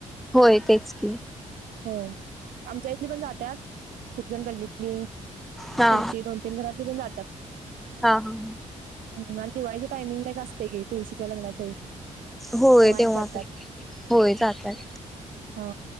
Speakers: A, in the centre; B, on the right.
A: होय तेच की.
B: होय आमच्या इथली पण जातात खूपजण गल्लीतली
A: हा
B: पुढची दोन तीन घरातली पण जातात.
A: हा हा
B: हम्म आणि दिवाळीच्या टायमिंगला एक असतय की तुळशीच्या लग्नाच्या वेळी.
A: होय तेव्हा
B: एक जातात
A: पण होय जाता येत.
B: हा